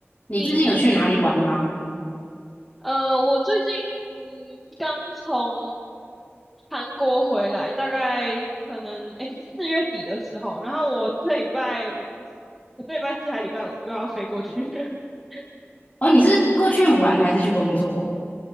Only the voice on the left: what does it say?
你最近有去哪里玩吗？
哦，你是过去玩还是去工作